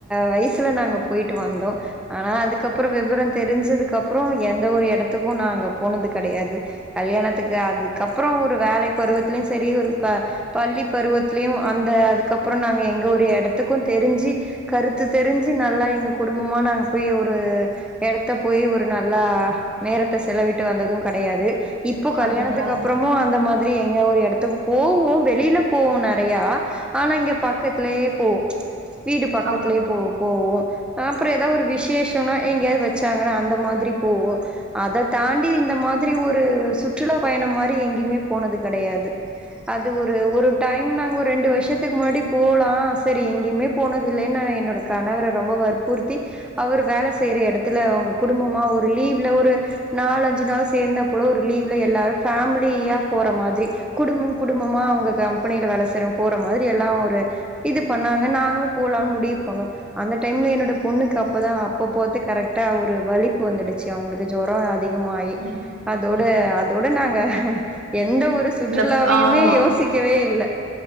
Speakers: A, in the centre; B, on the right.
A: வயசுல நாங்க போயிட்டு வந்தோ ஆனா அதுக் அப்ற வெவர தெரிஞ்சதுக்கு அப்றோ எந்த ஒரு எடத்துக்கு நாங்க போனது கெடையாது கல்யாணத்துக்கு அது க்கப்றோ ஒரு வேலை பருவத்லயு செரி ஒரு க பள்ளி பருவத்லயு அந்த அதுக்கப்ற நாங்க எங்த ஒரு எடத்துக்கு தெரிஞ்சு கருத்து தெரிஞ்சு நல்லா எங்க குடும்பமா நாங்க போய் ஒரு எடத்த போயி ஒரு நல்லா நேரத்த செலவிட்டு வந்தது கெடையாது இப்ப கல்யாணத்துக்கு
B: அப்டிங்களா
A: அப் அந்த மாதிரி எங்ந ஒரு எடத்துக்கு போவோ வெளில போவோ நெறையா ஆனா இங்க பக்கத்லே போவோ வீடு பக்கத்லே
B: ஆம்
A: போ போவோ அப்ற எதா ஒரு விசேஷம்னா எங்யாவ்து வச்சாங்கனா அந்த மாதிரி போவோ அத தாண்டி இந்த மாதிரி ஒரு சுற்றுலா பயணம் மார் ரி எங்கய்மே போனது கெடையாது அது ஒரு ஒரு டைம் நாங்க ரெண்டு வர்ஷத்துக்கு முன்னாடி போலா சரி எங்கயுமே போனது இல்லேன்னு நா என்னோட கணவர ரொம்போ வற்புறுத்தி அவர் வேல ஸ் செய்ற எடத்துல உங்க குடும்பமா ஒரு லீவ்ல ஒரு நாலு அஞ்சு நாள் சேந்தா போலோ ஒரு லீவ்ல எ ஃபேமிலியா போற மாதிரி குடும்பம் குடும்பமா அவங்க கம்பெனியில வேல செய்ற போற மாதிரி எல்லாம் ஒரு இது பண்ணாங்க நாங்களும் போ பிளான் முடிவு பண்ணோ அந்த டைம்ல என்னோட பொண்ணுக்கு அப்பதா அப்போ போத்து கரெக்டா ஒரு வலிப்பு வந்துடுச்சு அ அவங்களுக்கு ஜொரம் அதிகமாயி
B: ம்
A: அதோட
B: ம்
A: அதோட நாங்க எந்த ஒரு சுற்றுலாவியுமே
B: இந்த ஆமா
A: யோசிக்கவே இல்ல